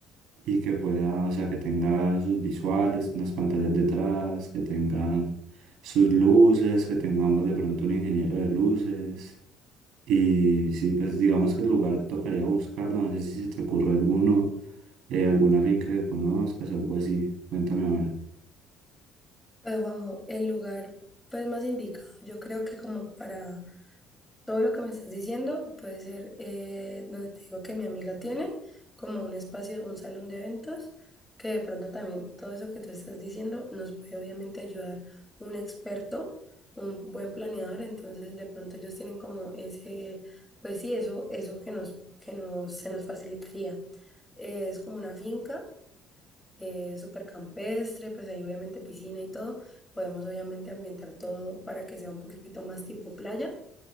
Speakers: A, on the right; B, in the centre.
A: y que pueda, o sea, que tenga sus visuales, unas pantallas detrás, que tengan sus luces, que tengamos de pronto un ingeniero de luces. Y sí, pues digamos que el lugar tocaría buscarlo, no sé si se te ocurre alguno, eh, alguna finca que conozcas o algo así. Cuéntame a ver.
B: Pues Juanjo, el lugar pues más indicado yo creo que como para Todo lo que me estás diciendo puede ser eh, donde te digo que mi amiga tiene, como un espacio, un salón de eventos, que de pronto también todo eso que tú estás diciendo nos puede obviamente ayudar un experto, un buen planeador, entonces de pronto ellos tienen como ese, pues sí, eso, eso que nos, que nos, se nos facilitaría. Eh, es como una finca, eh, súper campestre, pues ahí obviamente piscina y todo, podemos obviamente ambientar todo para que sea un poquito más tipo playa